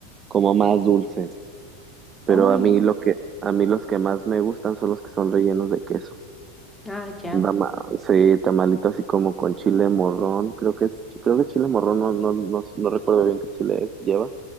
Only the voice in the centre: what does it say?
Uy,
ah, ya.